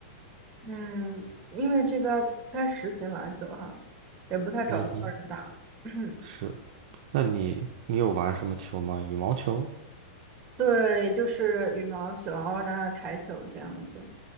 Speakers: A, on the right; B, on the right.
A: 嗯，因为这边儿不太实行篮球哈，也不太找得到人打。
B: 嗯哼，
A: <clears throat>
B: 是。那你你有玩什么球吗？羽毛球？
A: 对，就是羽毛球，然后打打台球这样子。